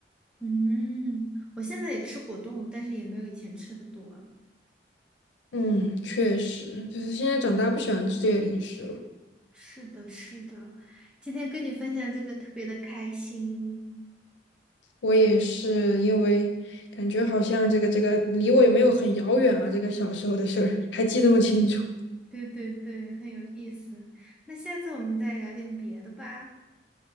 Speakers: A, in the centre; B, on the left.
A: 嗯，我现在也吃果冻，但是也没有以前吃的多了。
B: 嗯，确实，就是现在长大不喜欢吃这些零食了。
A: 是的，是的，今天跟你分享这个特别的开心。
B: 我也是因为感觉好像这个这个离我也没有很遥远啊，这个小时候的事儿还记那么清楚。
A: 嗯，对对对，很有意思。那下次我们再聊点别的吧。